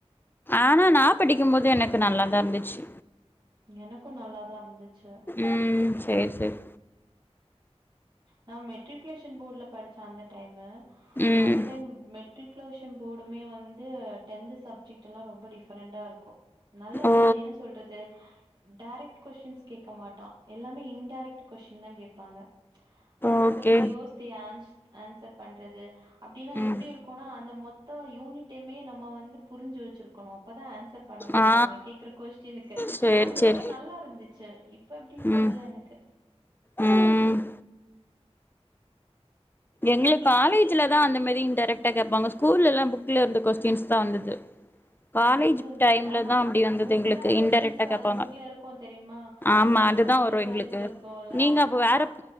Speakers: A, on the left; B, on the right.
A: ஆனா நா படிக்கும் போது எனக்கு நல்லாத இருந்துச்சி
B: எனக்கு நல்லாதா இருந்துச்சு
A: ம் சேரி சேரி
B: நா மெட்ரிகுலேஷன் போடுல படிச்சே அந்த டையமு
A: ம்
B: அந்த டைம் மெட் மெட்ரிகுலரேஷன் போடுமே வந்து டென்து சப்ஜெக்ட்டெல்லா ரொம்ப டிஃப்பரெண்டா இருக்கு நல்லா
A: ஓ
B: வந்து என்ன சொல்றது டைரெக்ட் கொஸின்ஸ் கேக்க மாட்டா எல்லாமே இன்டைரக்ட் கொஸ்டின் தா கேப்பாங்க அது நம்ம
A: ஓகே
B: கொஞ்ச யோசித்து ஆன்ஸ் ஆன்சர் பண்றது அப்டின்னா
A: ம்
B: எப்டி இருக்குனா அந்த மொத் த்தா யூனி ட்டுமே நம்ம வந்து புரிஞ்சு வச்சிருக்கணு அப்பதா ஆன்சர் பண்ண முடியு
A: ஆ
B: அவங்க கேக்குற கொஸ்டினுக்கு
A: சேரி
B: அந்த
A: சேரி
B: மாரி நல்லா இருந்து சரி இ இப்ப எப்டின்
A: ம்
B: தெர்ல எனக்கு
A: ம் எங்களுக்கு
B: இங்கிலீஷால்
A: காலேஜ்ல தான் அந்த மாரி டைரக்டா கேக்பாங்க ஸ்கூலலாம் புக்ல இருந்து கொஸ்டின்ஸ் தான் வந்தது காலேஜ்
B: எங்களுக்கு
A: டைம்ல
B: நான் மே
A: தா அப்டி வந்தது
B: புக்
A: எங்களுக்கு
B: பேக் கொஸின்ஸ்
A: இன்டெரக்ட்டா
B: அ
A: கேப்பாங்க
B: புக்ல இருக்கும் தெரியுமா
A: ஆமா
B: புக்
A: அதுதா
B: பேக்ல
A: வரு
B: கொஸின்ஸ்
A: எங்களுக்கு
B: இருக்கும்ல்ல
A: நீங்க அப்ப வேற
B: அ